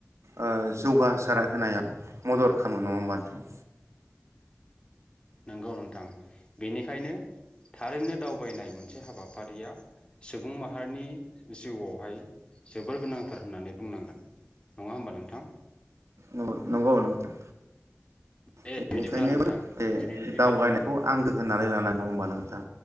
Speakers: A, on the right; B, on the left.
A: ओ जौगासार होनायाव मदद खालामो नङा होम्बा नोंथां
B: नोंगौ नों थां बेनिखायनो थारैनो दावबायनाय मोनसे हाबाफारिया सुबुं माहारिनि जिउआवहाय जोबोर गोनांथार होननानै बुंनांगोन नङा होमबा नोंथां।
A: नं- नंगौ नोंथां।
B: दे
A: बेनिखायनो
B: बिदिब्ला नोंथां
A: जे
B: दिनैनि
A: दावबानायखौ
B: बे
A: आंगो होननानै ला <unintelligible> नङा होनबा नों नोंथां